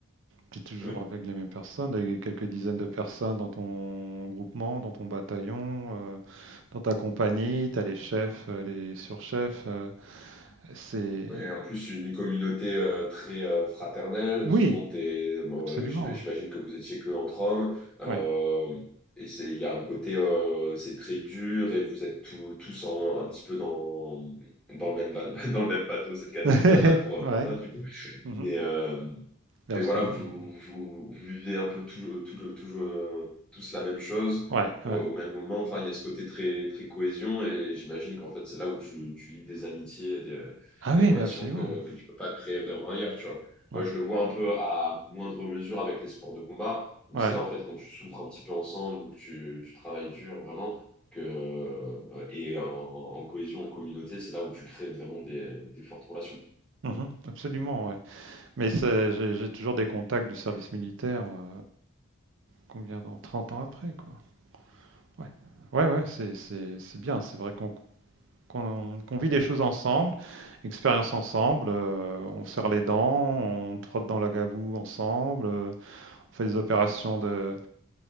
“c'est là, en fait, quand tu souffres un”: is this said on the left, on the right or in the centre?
Centre